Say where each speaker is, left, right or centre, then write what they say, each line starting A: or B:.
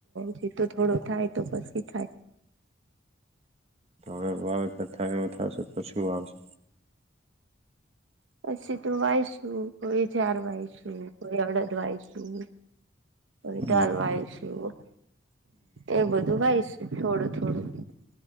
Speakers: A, on the right; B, on the right.
A: જતો, થોડો થાય તો પછી થાય.
B: વે વાવે તો થાય, એવો થશે તો શું વાવશે?
A: પછી તો વાયશું, કોઈ ચાર વાયસું, કોઈ અડદ વાયશું. કોઈ
B: મગ
A: દાળ વાવીશું. એ બધું વાવીશું છે, થોડું થોડું.